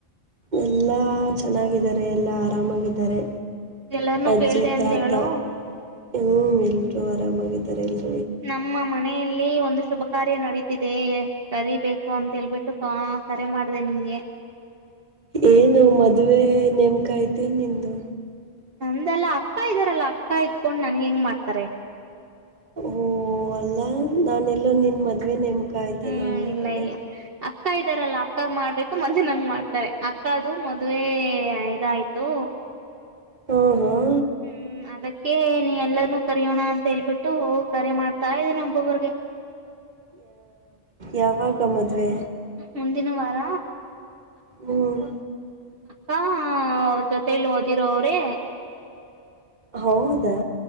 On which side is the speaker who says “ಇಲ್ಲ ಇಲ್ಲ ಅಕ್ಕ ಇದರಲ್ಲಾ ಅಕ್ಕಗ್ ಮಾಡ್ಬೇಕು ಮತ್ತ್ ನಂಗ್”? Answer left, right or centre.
Right